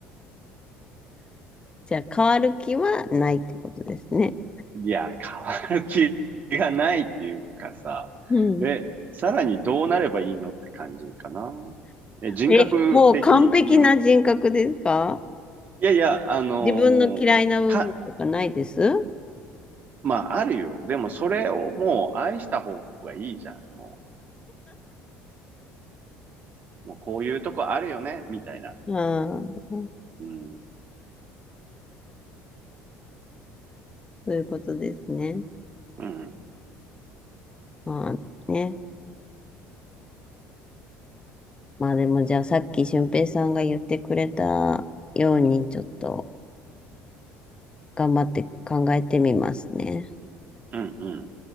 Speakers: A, on the left; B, on the right.
A: じゃあ変わる気はないってことですね。
B: いや、変わる気がないっていうかさ。
A: うん。
B: え、さらにどうなればいいのって感じかな。え、人格的には。
A: え、もう完璧な人格ですか
B: いやいや、あのーか、
A: 自分の嫌いな部分とかないです
B: まあ、あるよ。でも、それをもう愛した方がいいじゃん。もう、もうこういうとこあるよね、みたいな。
A: ああ、
B: うん、
A: そういうことですね。
B: うん、
A: まあね。まあでもじゃあさっき俊平さんが言ってくれたようにちょっと頑張って考えてみますね。
B: うん、うん。